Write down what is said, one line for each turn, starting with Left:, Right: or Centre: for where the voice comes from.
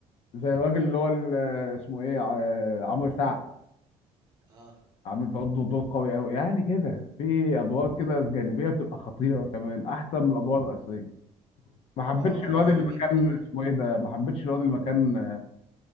Left: زي الراجل اللي هو ال- اسمه ايه آه، عمرو سعد
Right: اه
Left: عامل برضه دور قوي قوي يعني كده في ادوار كده جانبيه بتبقى خطيره كمان احسن من الادوار الرئيسيه ما حبيتش
Right: اه
Left: الواد
Right: اه اللي
Left: اللي
Right: هو
Left: مكان
Right: بيكون
Left: اسمه ايه ده ما حبيتش الواد اللي مكان